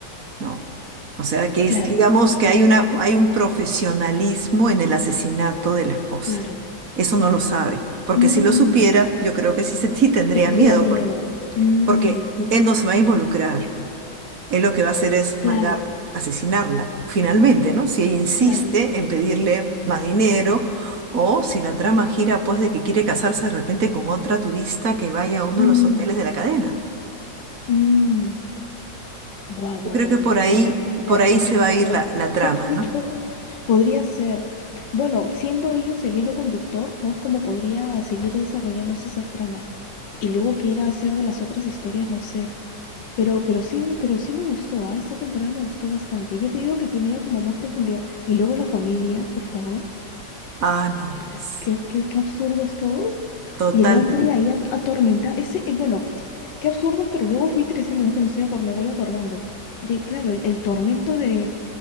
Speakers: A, on the right; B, on the left.
A: ¿no? O sea, que
B: claro,
A: es, digamos que hay una, hay un profesionalismo en el asesinato de la esposa.
B: claro,
A: Eso
B: claro.
A: no lo sabe, porque
B: Mm,
A: si lo supiera, yo creo que sí, se- sí tendría
B: Tendría
A: miedo,
B: miedo.
A: por-
B: Mm,
A: porque él no se va a involucrar. Él lo que va a hacer es
B: claro,
A: mandar asesinarla, finalmente, ¿no? Si ella insiste
B: claro.
A: en pedirle más dinero o si la trama gira, pues, de que quiere casarse de repente con otra turista que vaya a uno
B: Mm,
A: de los hoteles de la cadena.
B: mm. Buah, buah,
A: Yo creo
B: buah,
A: que
B: no.
A: por ahí,
B: Ya, es que ya,
A: por ahí
B: ya
A: se
B: quiero
A: va
B: que
A: a
B: salga
A: ir la,
B: la próxima
A: la trama,
B: <laughs> temporada.
A: ¿no?
B: Podría ser. Bueno, siendo ellos el hilo conductor, ¿no? Es como podría seguir desarrollándose esa trama. Y luego qué ir a hacer de las otras historias, no sé. Pero, pero sí, pero sí me gustó, ¿ah? Esta temporada me gustó bastante. Y ya te digo que tenía como más profundidad. Y luego la familia, por favor.
A: Ah, no,
B: Qué,
A: pues,
B: gras- qué- qué- qué absurdos todos.
A: totalmente.
B: Y el hombre ahí at- atormenta. Ese, eh, bueno, qué absurdos, pero luego fue interesante. no Es que no estoy acor- me voy acordando. De, claro, el, el tormento de,